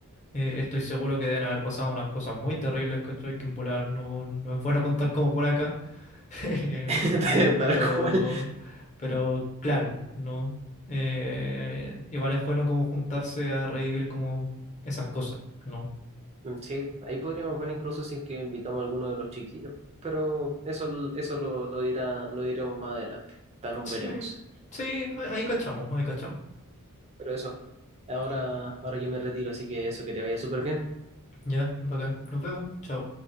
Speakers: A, on the left; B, on the right.
A: Eh, estoy seguro que deben haber pasado unas cosas muy terribles, ¿cachai? Que en volar no, no es bueno <laughs> contar como por acá, <laughs> en el
B: <laughs>
A: sentido,
B: Tal
A: pero,
B: cual.
A: pero claro, no. Eh, igual es bueno como juntarse a revivir como esas cosas, ¿no?
B: Mm, Sí, ahí podríamos ver incluso si es que invitamos a alguno de los chiquillos, pero eso, eso lo, lo dirá, lo diremos más adelante, tan
A: Sí,
B: veremos.
A: sí, ahí ahí cachamos, ahí cachamos.
B: Pero eso, ahora, ahora yo me retiro, así que eso, que te vaya súper bien.
A: Ya, bacán, nos vemos, chao.